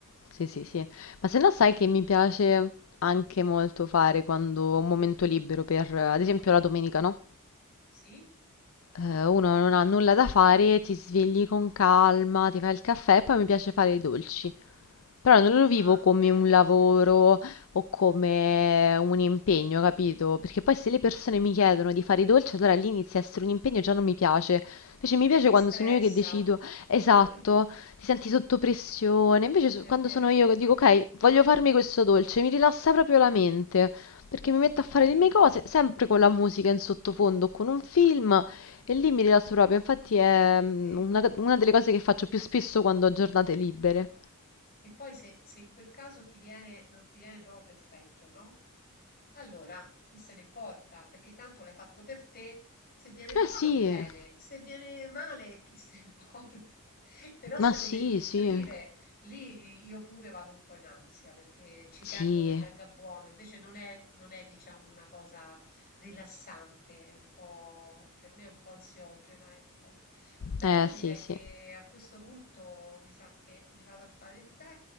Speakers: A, on the left (about 65°); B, on the left (about 45°).
A: sì, sì, sì. Ma se no sai che mi piace anche molto fare quando ho un momento libero per, eh, ad esempio, la domenica, no?
B: Sì?
A: Eh, uno non ha nulla da fare, ti svegli con calma, ti fai il caffè e poi mi piace fare i dolci. Però non lo
B: Ah,
A: vivo come
B: beh,
A: un lavoro
B: certo.
A: o come un impegno, capito? Perché poi se le persone mi chiedono di fare i dolci, allora lì inizia a essere un impegno e già non mi piace. Invece mi piace
B: E ti
A: quando
B: stressa.
A: sono io che decido,
B: <laughs>
A: esatto, ti senti sotto pressione. Invece so-
B: È
A: quando
B: vero,
A: sono
B: è
A: io
B: vero,
A: che dico, ok, voglio farmi questo dolce, mi rilassa proprio la mente, perché mi metto
B: è
A: a fare
B: vero,
A: le mie
B: è vero.
A: cose, sempre con la musica in sottofondo, o con un film, e lì mi rilasso proprio. Infatti è mm,
B: Sì.
A: una una delle cose che faccio più spesso quando ho giornate libere.
B: E poi se, se in quel caso ti viene, non ti viene proprio perfetto, no? Allora, chi se ne importa? Perché tanto l'hai fatto per te. Se viene buono,
A: Eh sì.
B: bene. Se viene male, chi se ne importa? <laughs> Però
A: Ma
B: se
A: sì,
B: lo devi offrire,
A: sì,
B: lì io pure vado un po' in ansia perché ci
A: sì,
B: tengo che venga buono. Invece non è, non è, diciamo, una cosa rilassante, è un po', per me è un po' ansiogena, ecco. Beh,
A: eh
B: io direi
A: sì, sì,
B: che a questo punto mi sa che mi vado a fare il tè